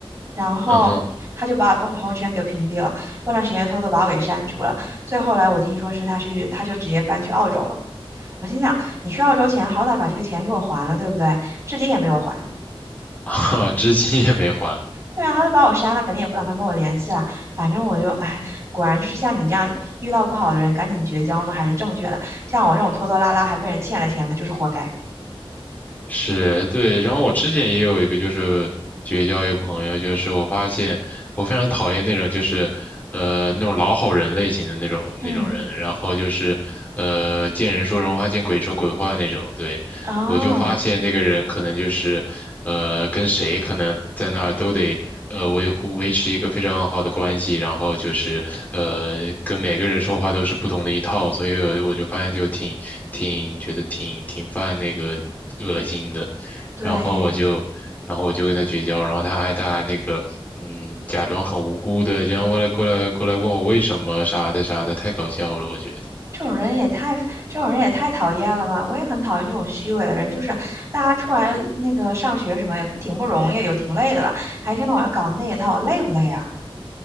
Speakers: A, on the right (about 30°); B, on the left (about 15°).
A: 然后他就把我朋朋友圈给屏蔽了，
B: 嗯哼，
A: 过段时间又偷偷把我给删除了，最后来我听说是他去他就直接搬去澳洲了，我心想你去澳洲前好歹把这个钱给我还了，对不对？至今也没有还。
B: <laughs> 哈，至今也没还，
A: 对啊，他都把我删了，肯定也不打算跟我联系了。反正我就，哎，果然就是像你这样遇到不好的人，赶紧绝交呢，还是正确的。像我这种拖拖拉拉还被人欠了钱的，就是活该。
B: 是对。然后我之前也有一个就是绝交一个朋友，就是我发现我非常讨厌那种就是呃那种老好人类型的那种那种人，
A: 嗯，
B: 然后就是呃见人说人话，见鬼说鬼话那种，对。
A: 啊，
B: 我就发现那个人可能就是，呃，跟谁可能在那儿都得呃维护维持一个非常好的关系，然后就是呃跟每个人说话都是不同的一套，所以我我就发现就挺挺觉得挺挺犯那个恶心的，
A: 对
B: 然后我就然后我就跟他绝交，然后他还他还那个。嗯，假装很无辜的，这样过来过来过来问我为什么啥的啥的，太搞笑了，我觉得。
A: 这种人也太，这种人也太讨厌了吧！我也很讨厌这种虚伪的人，就是大家出来那个上学什么也挺不容易，也挺累的了，还一天到晚要搞那一套，累不累啊？